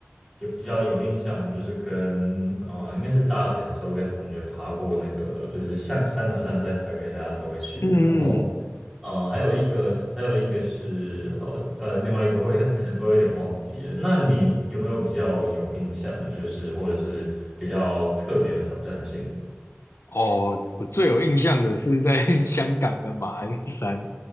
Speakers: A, in the centre; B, on the left (about 70°).
A: 有比较有印象的，就是跟呃，应该是大学的时候跟同学爬过那个，就是象山，好像在台北大家都会去。
B: 嗯嗯，
A: 然后呃，还有一个是，还有一个是好呃，另外一个会 <laughs> 我有点忘记了。那你有没有比较有印象的，就是或者是比较特别有挑战性的？
B: 哦，我最有印象的是在 <laughs> 香港的马鞍山，